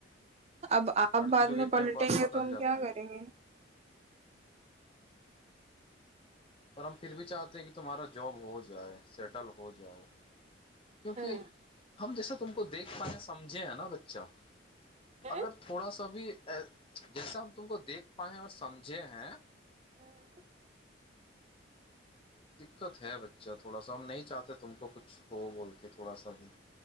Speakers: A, on the right; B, on the left.
A: अब आप
B: लड़की
A: बादमें
B: लोग एक टाइम
A: पलटेंगे
B: बाद बदल
A: त हम
B: जाती
A: क्या
B: है
A: करेंगे
B: पर हम फिर भी चाहतेै कि तुम्हारा जॉब हो जाए सेटल हो जाओ क्योकि
A: हम्म
B: हम जैसे तुमको देख पाए समझे है न बच्चा
A: हैं?
B: अगर थोड़ा सा भी जैसे हम तुमको देख पाएं और समझे हैं
A: हँ <inaudible>
B: दिक्कत है बच्चा ोड़ा सा हम नहि चाहते तुमको कुछ हो बोलके थोड़ा सा भी